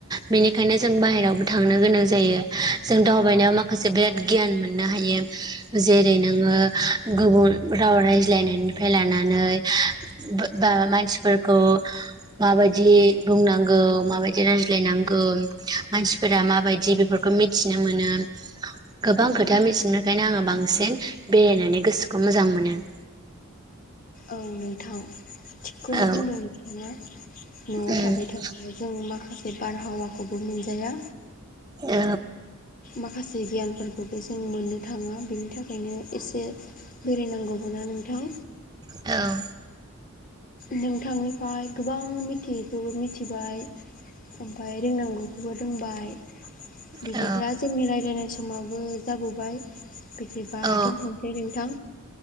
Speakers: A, on the right; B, on the left.
A: बेनिखायनो जों बाहेरायावबो थांनो गोनां जायो जों दावबायनायाव माखासे बिराद गियान मोननो हायो जेरै नोङो गुबुन राव रायज्लायनायनिफ्राय लानानै बा मानसिफोरखौ माबायदि बुंनांगौ माबायदि रायज्लायनांगौ मानसिफोरा माबायदि बेफोरखौ मिथिनो मोनो गोबां खोथा मिथिनोखायनो आङो बांसिन बेरायनानै गोसोखौ मोजां मोनो <inaudible>
B: औ नोंथां थिगखौनो
A: औ
B: बुंदों नोंथाङा न'आव
A: उम
B: थाबाय थाबा जों माखासे माखासे बारहावाखौबो मोनजाया
A: औ
B: माखासे गियानफोरखौबो जों मोननो थाङा बिनि थाखायनो एसे बेरायनांगौबो <inaudible> नोंथां
A: औ
B: नोंथांनिफ्राय गोबां मिथियैखौबो मिथिबाय ओमफाय रोंनांगौखौबो रोंबाय बिदिब्ला
A: औ
B: जोंनि राय्लायनाय समाबो जाबोबाय बिदिबा
A: औ
B: दोनथ'सै नोंथां